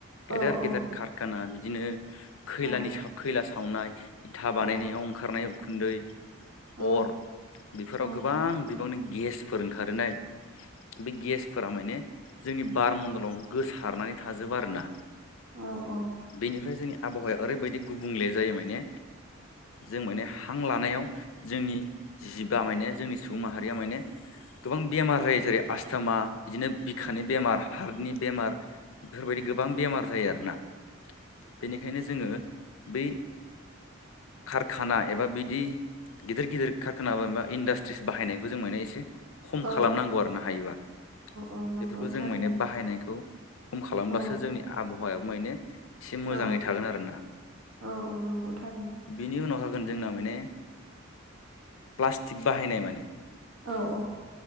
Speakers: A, on the left; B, on the right.
A: गेदेर
B: औ औ
A: गेदेर कारखाना बिदिनो खैला।
B: औ
A: सावनाय इथा बानायनायाव
B: औ
A: ओंखारनाय उखुन्दै।
B: औ
A: अर बेफोराव गोबां
B: औ
A: बिबांनि गेसफोर ओंखारोनाय। बे गेसफोरा माने। जोंनि बारमडलावनो गोसारनानै थाजोबा आरोना।
B: औ औ।
A: बेनिफ्राय जोंनि आबहावाया ओरैबायदि गुबुंले जायो माने जों माने हां लानायाव। जोंनि जिबआ माने जोंनि सुबुं माहारिया माने गोबां बेमार रायो जेरै। आस्थामा बिदिनो बिखानि बेमार हार्टनि बेमार बेफोरबायदि गोबां बेमार जायो आरोना। बेनिखायनो जोङो बै। कारखाना एबा बिदि। गिदिर गिदिर खारखाना एबा इन्डासट्रिस बाहायनायखौ जों मोनो एसे। खम
B: औ
A: खालामनांगौ आरो ना हायोबा।
B: औ नंगौ
A: बेफोरखौ
B: थारैनो
A: जों माने बाहायनायखौ खम खालामब्लासो
B: औ
A: जोंनि आबहावायाव। एसे मोजाङै
B: औ
A: थागोन आरो ना
B: औ औ नंगौ थारैनो
A: बिनि उनावहाय। जोगोन जोंना माने प्लास्टिक बाहायनाय माने।
B: औ औ।